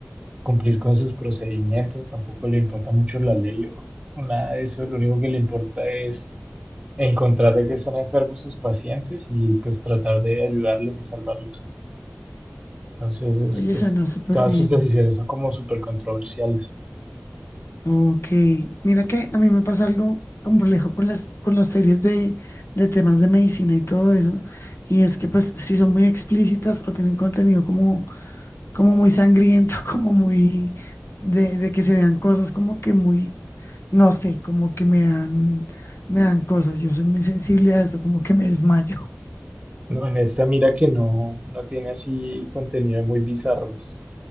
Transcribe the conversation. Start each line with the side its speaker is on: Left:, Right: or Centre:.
Right: cumplir con sus procedimientos, tampoco le importa mucho la ley o o nada de eso, lo único que le importa es encontrar de que están enfermos sus pacientes y pues tratar de ayudarles y salvarlos. Entonces, es,
Left: Oye,
Right: es-
Left: suena súper
Right: todas
Left: bien.
Right: sus decisiones son como súper controversiales.
Left: Ok, mira que a mí me pasa algo complejo con las, con las series de, de temas de medicina y todo eso, y es que pues si son muy explícitas o tienen contenido como, como muy sangriento, <laughs> como muy de, de que se vean cosas como que muy, no sé, como que me dan, me dan cosas, yo soy muy sensible a eso, como que me desmayo.
Right: No, en esta mira que no, no tiene así contenido muy bizarro, es